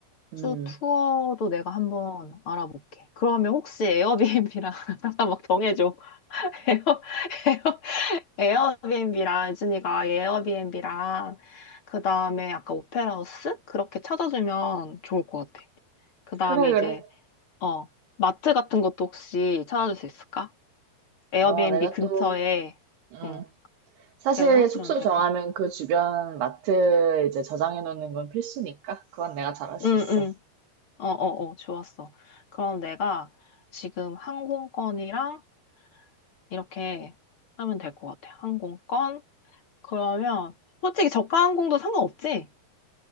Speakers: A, on the right (about 75°); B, on the left (about 35°).
A: 음,
B: 주 투어도 내가 한번 알아볼게. 그러면 혹시 에어비앤비랑 <laughs> 잠깐 막 정해줘. 에어 에어 에어비앤비랑 유진이가 에어비앤비랑 그 다음에 아까 오페라 하우스 그렇게 찾아주면 좋을 것 같아. 그 다음에
A: 그래, 그래.
B: 이제 어 마트 같은 것도 혹시 찾아줄 수 있을까? 에어비앤비
A: 어, 내가
B: 근처에
A: 또, 음,
B: 응렇
A: 사실
B: 게 찾아주면
A: 숙소
B: 될까?
A: 정하면 그 주변 마트 이제 저장해 놓는 건 필수니까. 그건 내가 잘 할 수
B: 응응
A: 있어.
B: 어, 어, 어, 좋았어. 그럼 내가 지금 항공권이랑 이렇게 하면 될 것 같아. 항공권. 그러면 솔직히 저가 항공도 상관없지?